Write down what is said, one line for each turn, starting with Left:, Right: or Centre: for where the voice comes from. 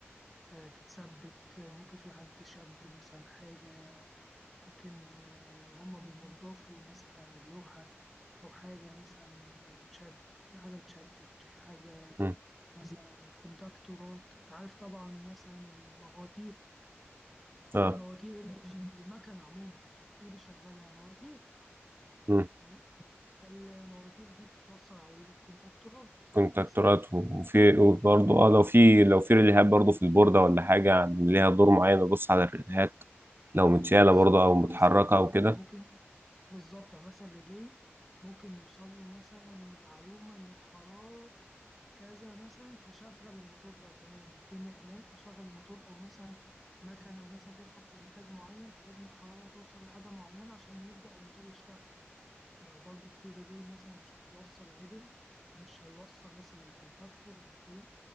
Centre: آه، تتثبت آه، ممكن في حد شد مثلا حاجة ممكن آه، وهم بينضفوا مثلا اللوحة أو حاجة مثلا آه، تشد في حاجة اتشدت في حاجة
Right: مم.
Centre: مثلا كونتاكتورات أنت عارف طبعا مثلا المواتير
Right: اه
Centre: المواتير اللي بيش- المكنة عموما اللي بيشغلها مواتير
Right: مم.
Centre: فاهم فالمواتير دي بتتوصل عليه كونتاكتورات
Right: كونتراكتورات
Centre: أساسا
Right: وفي وبرضه
Centre: اه
Right: اه لو في لو في ريليهات برضه في البوردة ولا حاجة عن- ليها دور معين ابص على الريليهات لو متشالة
Centre: بالظبط
Right: برضه او
Centre: يعني
Right: متحركة
Centre: مثلا
Right: او كده
Centre: يعني ممكن بالظبط يعني مثلا ريلي ممكن يوصل له مثلا معلومة إن الحرارة كذا مثلا فشغل الموتور ده تمام الدنيا أمان فشغل الموتور أو مثلا مكنة مثلا فيها خط إنتاج معين فلازم الحرارة توصل لحاجة معينة عشان يبدأ الموتور يشتغل فلو برضو في ريلي مثلا مش بتوصل عدل فمش هيوصل مثلا للكونتاكتور أو كده